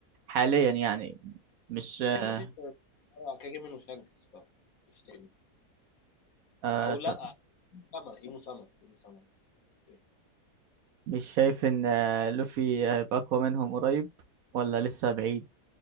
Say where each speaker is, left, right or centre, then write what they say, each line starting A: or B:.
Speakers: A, on the right; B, on the left.
A: حاليا يعني مش آه
B: هلاقي مفيش غير كاجي منه شانكس فمفيش تاني
A: آه
B: او لا
A: ط-
B: مسامة ايه مسامة ايه مسامة إيه.
A: مش شايف ان آه، لوفي هيبقى اقوى منهم قريب ولا لسه بعيد